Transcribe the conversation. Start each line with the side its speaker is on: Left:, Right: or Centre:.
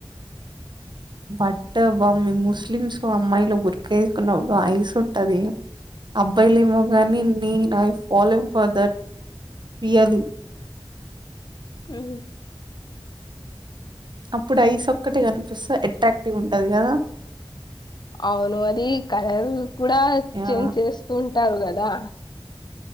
Right: బట్ బామ్మి ముస్లిమ్స్ అమ్మాయిలు గురక వేసుకున్నప్పుడు ఐస్ ఉంటది అబ్బాయిలు ఏమో ని నీన్ ఐ ఫలోంగ్ ఫర్దర్ట్ పయాలి
Left: ఉ
Right: అప్పుడు ఐస్ ఒక్కటి గనిపిస్తే అట్రాక్టివ్ ఉంటుంది ఎది కదా
Left: అవును అది కలర్ కూడా
Right: యా
Left: చేంజ్ చేస్తూ ఉంటారు కదా